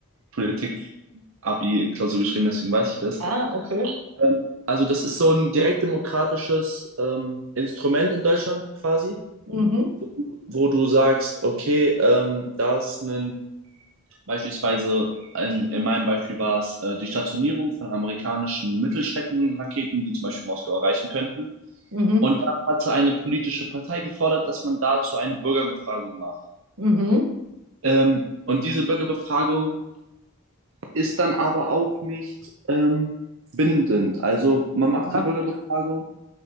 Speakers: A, on the right; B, on the right.
A: Politik-Abi-Klausur geschrieben, deswegen weiß ich das.
B: Ah, okay.
A: Ähm, also das ist so ein direktdemokratisches ähm, Instrument in Deutschland quasi.
B: Mhm,
A: wo, du- wo du sagst, okay, ähm, da ist ein, beispielsweise, in, in meinem Beispiel war es äh, die Stationierung von amerikanischen Mittelstreckenraketen, die zum Beispiel Moskau erreichen könnten.
B: mhm,
A: Und da hatte eine politische Partei gefordert, dass man dazu eine Bürgerbefragung macht.
B: mhm.
A: Ähm, und diese Bürgerbefragung ist dann aber auch nicht ähm, bindend. Also man macht
B: Ja.
A: die Bürgerbefragung